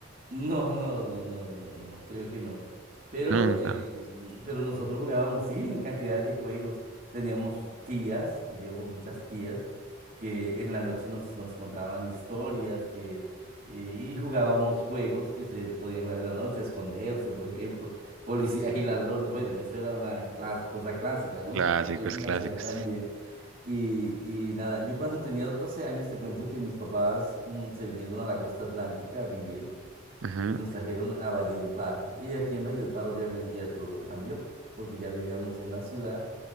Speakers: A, on the right; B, on the right.
A: No, no, no, no, no, no, creo que no. Pero,
B: Nunca.
A: eh, pero nosotros jugábamos, sí, en cantidad de juegos. Teníamos tías, teníamos muchas tías que en la noche nos, nos contaban historias que, eh, y jugábamos juegos que se podían jugar en la noche, esconderse, por ejemplo, <laughs> policías y ladrones. Bueno, eso era una clas- cosa clásica, ¿no?
B: Clásicos,
A: Creo que en
B: clásicos.
A: la ciudad también. Y, y nada, yo cuando tenía 12 años, te cuento que mis papás, mm, se vinieron a la costa atlántica a vivir
B: Ajá,
A: y nos trajeron a Valledupar. Y aquí en Valledupar obviamente ya todo cambió, porque ya vivíamos en la ciudad.